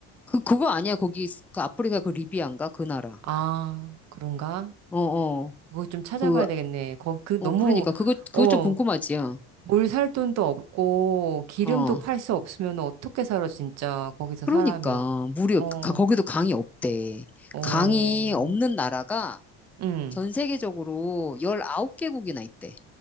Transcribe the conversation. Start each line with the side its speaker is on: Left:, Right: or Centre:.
Centre: 그, 그거 아니야. 거기, 그 아프리카 그 리비안가? 그 나라.
Right: 아, 그런가?
Centre: 어, 어.
Right: 그거 좀 찾아봐야
Centre: 그,
Right: 되겠네. 거, 그
Centre: 어,
Right: 너무,
Centre: 그러니까. 그거,
Right: 어,
Centre: 그거 좀 궁금하지요.
Right: 뭘 살 돈도 없고, 기름도
Centre: 어. 어.
Right: 팔 수 없으면 어떻게 살아, 진짜. 거기서
Centre: 그러니까
Right: 사람이.
Centre: 무료
Right: 어,
Centre: 가- 거기도 강이 없대.
Right: 어,
Centre: 강이 없는 나라가
Right: 응,
Centre: 전 세계적으로 19개국이나 있대.